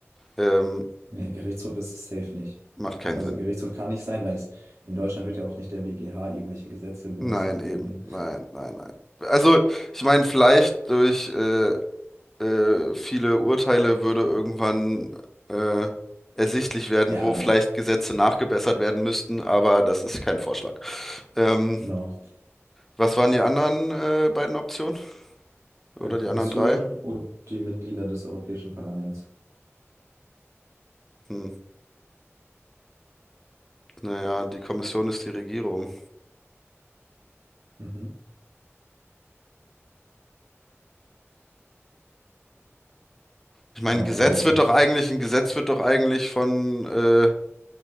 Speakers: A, in the centre; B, on the right.
A: Ähm,
B: Nee, Gerichtshof ist es safe nicht.
A: macht keinen
B: Also
A: Sinn.
B: Gerichtshof kann nicht sein, weil es in Deutschland wird ja auch nicht der BGH irgendwelche Gesetze im Bundestag
A: Nein, eben.
B: einbringen.
A: Nein, nein, nein. Also, ich meine, vielleicht durch äh, äh, viele Urteile würde irgendwann äh, ersichtlich werden,
B: Ja,
A: wo vielleicht Gesetze nachgebessert werden müssten, aber das ist kein Vorschlag. Ähm,
B: genau.
A: was waren die anderen äh, beiden Optionen?
B: Äh,
A: Oder
B: Kommission
A: die anderen drei?
B: und die Mitglieder des Europäischen Parlaments.
A: Hm. Naja, die Kommission ist die Regierung.
B: Mhm.
A: Ich meine,
B: Genau,
A: ein Gesetz
B: also Kommission.
A: wird doch eigentlich, ein Gesetz wird doch eigentlich von äh,